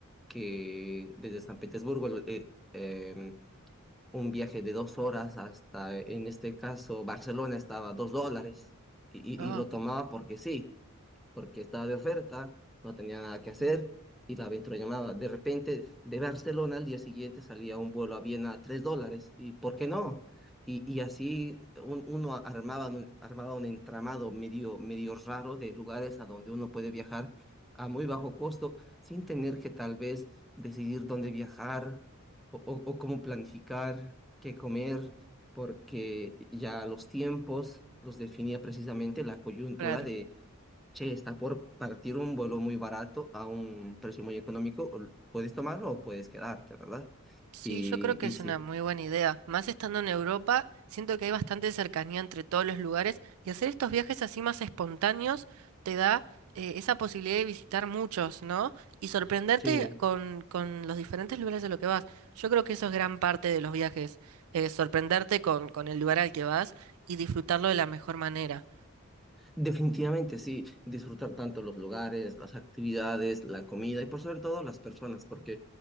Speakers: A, in the centre; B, on the right (about 75°).
A: que desde San Petersburgo lo- eh, em, un viaje de dos horas hasta, en este caso, Barcelona estaba a dos dólares y,
B: Ah,
A: y y lo tomaba porque sí porque estaba de oferta, no tenía nada que hacer
B: mm,
A: y la aventura llamaba. De repente, de Barcelona al día siguiente salía un vuelo a Viena a 3 dólares y ¿por qué no? Y, y así un- uno armaba, un- armaba un entramado medio, medio raro de lugares a donde uno puede viajar a muy bajo costo sin tener que tal vez decidir dónde viajar o, o o cómo planificar, qué comer, porque ya los tiempos los definía precisamente la coyuntura
B: claro.
A: Che, está por partir un vuelo muy barato a un precio muy económico. o- Puedes tomarlo o puedes quedarte, ¿verdad?
B: Sí,
A: Y,
B: yo creo que
A: y
B: es
A: sí,
B: una muy buena idea. Más estando en Europa, siento que hay bastante cercanía entre todos los lugares y hacer estos viajes así más espontáneos te da eh, esa posibilidad de visitar muchos, ¿no? Y sorprenderte
A: sí,
B: con, con los diferentes lugares a los que vas. Yo creo que eso es gran parte de los viajes, eh, sorprenderte con, con el lugar al que vas y disfrutarlo de la mejor manera.
A: definitivamente sí. Disfrutar tanto los lugares, las actividades, la comida y por sobre todo las personas, porque